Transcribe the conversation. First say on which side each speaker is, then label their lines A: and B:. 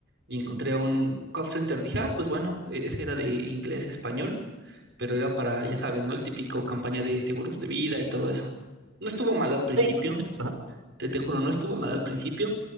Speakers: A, on the right; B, on the right.
A: Y encontré un call center. Dije, ah, pues bueno, e- ese era de inglés, español, pero era para, ya sabes, ¿no? El típico campaña de seguros de vida y todo eso. No estuvo mal al principio,
B: Sí, por lo típico, ¿no?
A: te, te juro, no estuvo mal al principio,